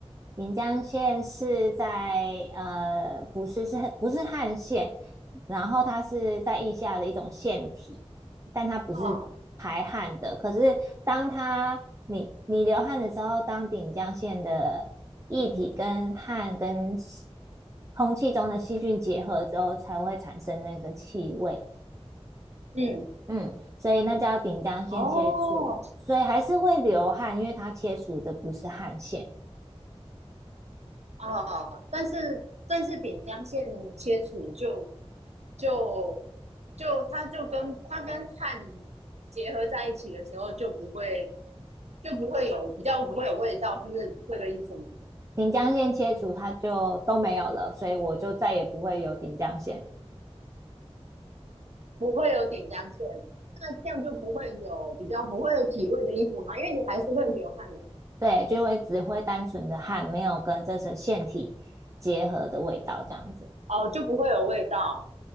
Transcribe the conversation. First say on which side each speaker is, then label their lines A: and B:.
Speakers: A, on the right (about 30°); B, on the right (about 85°).
A: 临江县是在呃，不是是不是汗腺，然后它是在腋下的一种腺体，但它不是排汗的。
B: 哦，
A: 可是当它你你流汗的时候，当顶江县的液体跟汗跟细空气中的细菌结合之后，才会产生那个气味。
B: 嗯，
A: 嗯，所以那叫顶江县切除，
B: 哦，
A: 所以还是会流汗，因为它切除的不是汗腺。
B: 哦，但是但是锦江线切除就就就它就跟它跟汗结合在一起的时候，就不会就不会有比较不会有味道，是不是这个意思吗？
A: 顶浆线切除，它就都没有了，所以我就再也不会有顶浆线。
B: 不会有点浆线，那这样就不会有比较不会有体味的衣服吗？因为你还是会流汗的，
A: 对，就会只会单纯的汗，没有跟这层腺体结合的味道这样子。
B: 哦，就不会有味道，